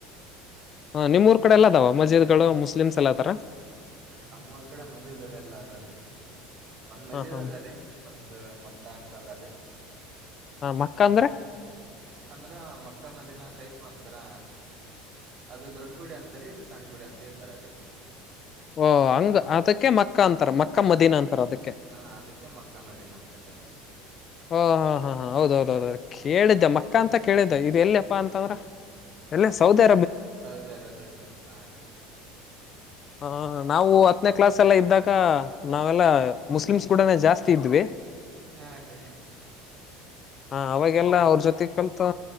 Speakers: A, on the left (about 40°); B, on the right (about 50°).
A: ಹ ನಿಮ್ಮ್ಊರ್ ಕಡೆ ಎಲ್ಲದಾವ ಮಜೀದ್ಗಳು ಮುಸ್ಲಿಮ್ಸ್ ಎಲ್ಲ ಅದಾರ
B: ಹ ನಮ್ಮೂಊರ್ ಕಡೆ ಮಜೀದ್ ಅದೆ ಎಲ್ಲಾ ಅದವರೀ ಒಂದ್ ಮಜೀದ್
A: ಹಾ ಹಾ
B: ಅದಾರಿ ಒಂದ್ ಮಕ್ಕ ಅಂತ ಅದಾರಿ
A: ಹ ಮಕ್ಕ
B: ಹಾ
A: ಅಂದ್ರೆ
B: ಅಂದ್ರ ಮಕ್ಕ ಮದಿನ ಟೈಪ್ ಅಂತ ರ ಅದು ದೊಡ್ಡ ಗುಡಿ ಅಂತರಿ ಇದು ಸಣ್ಣ ಗುಡಿ ಅಂತ ಇರ್ತಾರ ರೀ
A: ಓ ಹಂಗ ಅದಕ್ಕೆ ಮಕ್ಕ ಅಂತಾರ ಮಕ್ಕ
B: ಹಾ
A: ಮದೀನ ಅಂತಾರ ಅದಕ್ಕೆ
B: ಹಾ ಅದಕ್ಕೆ ಮಕ್ಕ ಮದಿನ ಅಂತಾರೆವರು
A: ಹ ಹಾ ಹಾ ಹಾ ಹೌದ ಹೌದೌ ಕೇಳಿದ್ದೆ
B: ಹಾ ರೀ
A: ಮಕ್ಕ ಅಂತ ಕೇಳಿದ್ದ ಇದು ಎಲ್ಲಿಪ್ಪಾ ಅಂತ ಅಂದ್ರೆ ಎಲ್ಲ ಸೌದೆ
B: ಸೌದಿ ಅರೇಬಿಯ ಸಡೆ ಹಾ ರೀ
A: ಹ ನಾವು ಹತ್ತನೇ ಕ್ಲಾಸ್ ಎಲ್ಲ ಇದ್ದಾಗ ನಾವೆಲ್ಲ ಮುಸ್ಲಿಮ್ಸ್ ಕೂಡನೆ ಜಾಸ್ತಿ ಇದ್ವಿ
B: ಹಾ ರೀ
A: ಹಾ ಅವಾಗೆಲ್ಲ ಅವ್ರ ಜೊತೆ ಕಲ್ತು